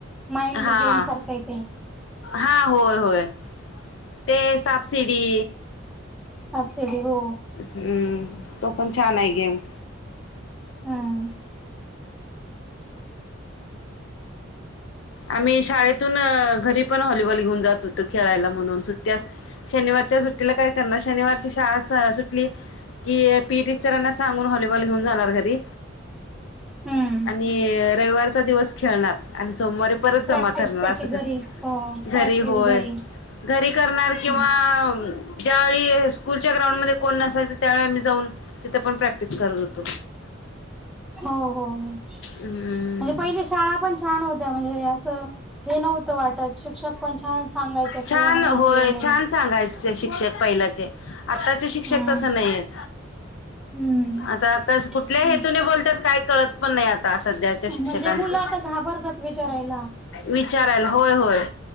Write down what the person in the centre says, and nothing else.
माइंड
गेम सारखं इ तेे
सबसिडी हो
हम्म
हम्म
प्रॅक्टिस
त्याची
घरी हो प्रॅक्टिस
घरी
हम्म.
हो हो म्हणजे
पहिली शाळा पण छान होत्या म्हणजे असं हे नव्हतं वाटत शिक्षक पणच्याान सांगायचे
सर्व माहिती
वगैरे
हम्म
हम्म
हम्म.
म्हणजे मुलं आता घाबरतात विचारायला